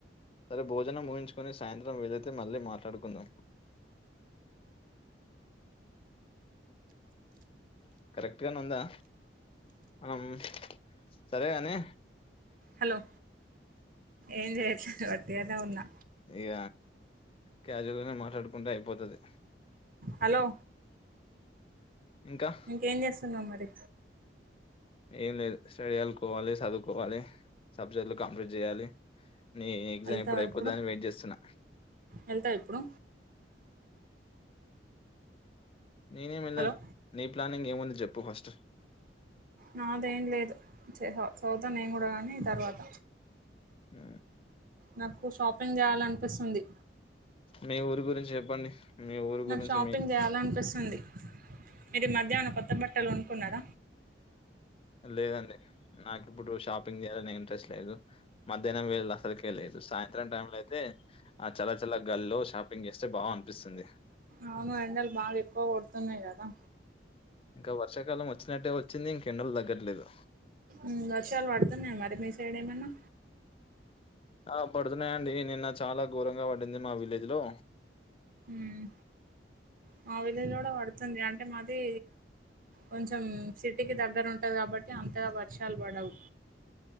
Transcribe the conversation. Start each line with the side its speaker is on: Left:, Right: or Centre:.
Left: సరే భోజనం ముగించుకుని సాయంత్రం వీలైతే మళ్ళీ మాట్లాడుకుందాం. కరెక్ట్గనే ఉందా. ఆమ్ సరేగాని
Right: హలో ఏం చేయట్లేదు వట్టిగనే ఉన్నా.
Left: ఇక క్యాజువల్ గానే మాట్లాడుకుంటే అయిపోతది.
Right: హలో
Left: ఇంకా
Right: ఇంకేం చేస్తున్నావ్ మరి
Left: ఏం లేదు స్టడీ అలుకోవాలి చదువుకోవాలి సబ్జెక్టులు కంప్లీట్ చేయాలి నీ ఎగ్జామ్
Right: వెళ్తావా
Left: ఎప్పుడు అయిపోద్దా
Right: ఇప్పుడు
Left: అని వెయిట్ చేస్తున్న.
Right: వెళ్తావా ఇప్పుడు
Left: నేనేమి ఎల్లను
Right: హలో
Left: నీ ప్లానింగ్ ఏముంది చెప్పు ఫస్ట్
Right: నాదేం లేదు చిహ చదువుతా నేను కూడా కానీ తర్వాత
Left: మ్
Right: నాకు షాపింగ్ చేయాలనిపిస్తుంది
Left: మీ ఊరి గురించి చెప్పండి మీ ఊరి
Right: నాకు
Left: గురించి
Right: షాపింగ్
Left: మీ
Right: చేయాలనిపిస్ తుంది మీరు ఈమధ్య ఏమన్నా కొత్త బట్టలు కొనుకున్నార?
Left: లేదండి నాకిప్పుడు షాపింగ్ చేయాలనె ఇంట్రెస్ట్ లేదు మధ్యాహ్నం వేళల అసలుకే లేదు సాయంత్రం టైం లో అయితే ఆ చల్ల చల్ల గాల్లో షాపింగ్ చేస్తే బా అనిపిస్తుంది
Right: అవును ఎండలు బాగ ఎక్కువ కొడుతున్నాయి కదా
Left: ఇంకా వర్షాకాలం వచ్చినట్టే వచ్చింది ఇంక ఎండలు తగ్గట్లేదు
Right: మ్ వర్షాలు పడుతున్నాయా మరి మీ సైడ్ ఏమన్నా
Left: ఆ పడుతున్నాయండి నిన్న చాలా ఘోరంగా పడింది మా విలేజ్ లో
Right: మ్ మా విలేజ్లో కూడా పడుతుంది అంటే మాది కొంచెం సిటీకి దగ్గర ఉంటది కాబట్టి అంతగా వర్షాలు పడవు